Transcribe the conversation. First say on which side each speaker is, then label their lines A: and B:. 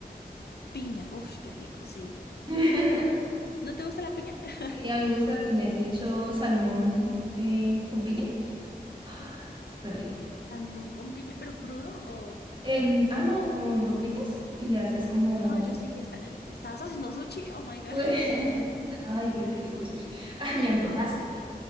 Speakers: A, on the left; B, on the right.
A: Piña, uf, qué rico, sí.
B: <laughs>
A: ¿No te gusta la piña? <laughs>
B: Sí, a mí me gusta la piña, yo he hecho salmón eh, con piña, ¡Ah! súper rico.
A: Salmón con piña, pero crudo o...
B: En, ah, no, con lo fritas y le haces como...
A: Ajá, yo sí que está... ¿Estabas haciendo sushi? Oh my God.
B: <laughs>
A: <laughs>
B: Ay, qué, qué rico el sushi. <laughs> Ay, me antojaste.